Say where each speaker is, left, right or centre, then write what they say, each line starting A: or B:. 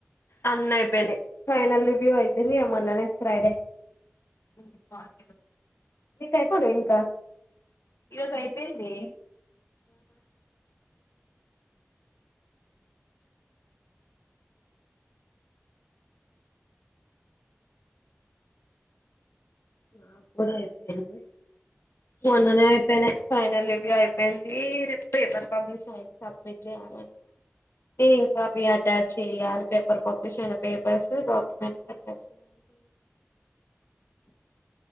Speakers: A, on the left; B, on the left.
A: అన్న ఇయిపోనే ఫైనల్ బి అయితేని అమ్మననే ఫ్రైడే
B: కే
A: మీకు అయిపోద ఇంకా
B: ఇరోజు ఐపోయింది
A: నా కూడ ఐపోయింది మొన్ననే అయిపోయినాయి ఫైనల్ రివ్యూ అయిపోయింది రేపు పేపర్ పబ్లిష్ అయింది సబ్మిట్ చేయాలంట <unintelligible>